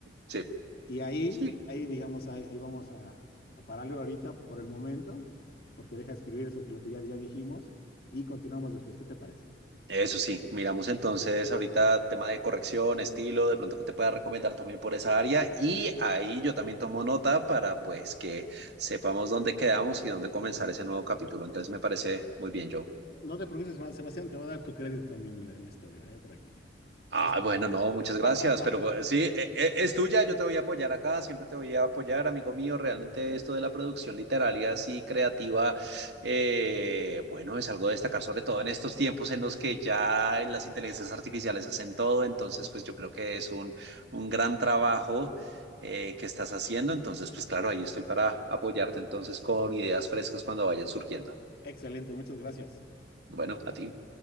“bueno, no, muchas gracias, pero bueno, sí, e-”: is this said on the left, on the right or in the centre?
Right